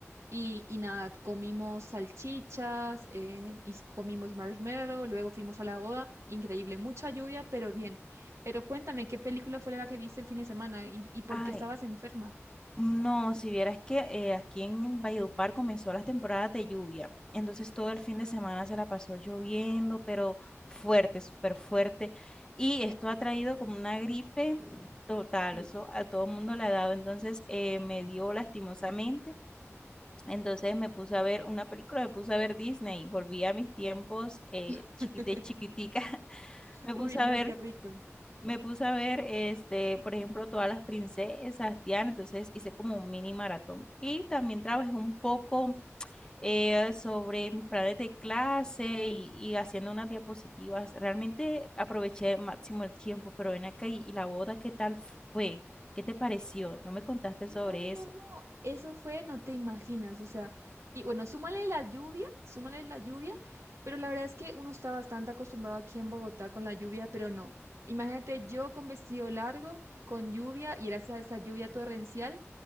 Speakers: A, on the right; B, on the left.
A: y, y nada, comimos salchichas, eh, y s- comimos marshmallow, luego fuimos a la boda. Increíble, mucha lluvia, pero bien. Pero cuéntame, ¿qué película fue la que viste el fin de semana y, y por
B: Ay,
A: qué estabas enferma?
B: No, si vieras que eh, aquí en Valledupar comenzó las temporadas de lluvia, entonces todo el fin de semana se la pasó lloviendo, pero fuerte, súper fuerte, y esto ha traído como una gripe total,
A: Uh,
B: eso a todo el mundo le ha dado, entonces eh, me dio lastimosamente, entonces me puse a ver una película, me puse a ver Disney, volví a mis tiempos eh,
A: <laughs>
B: chiqui- de chiquitica, <laughs> me
A: Uy,
B: puse
A: no,
B: a ver
A: qué rico.
B: me puse a ver, este, por ejemplo, todas las princesas, Tiana, entonces hice como un mini maratón. Y también trabajé un poco eh, sobre mis planes de clase y, y haciendo unas diapositivas. Realmente aproveché el máximo el tiempo, pero ven acá y, y la boda, ¿qué tal fue? ¿Qué te pareció? No me contaste
A: No,
B: sobre eso.
A: no, no, eso fue, no te imaginas, o sea, y bueno, súmale la lluvia, súmale la lluvia, pero la verdad es que uno está bastante acostumbrado aquí en Bogotá con la lluvia, pero no. Imagínate yo con vestido largo, con lluvia, y era esa, esa lluvia torrencial,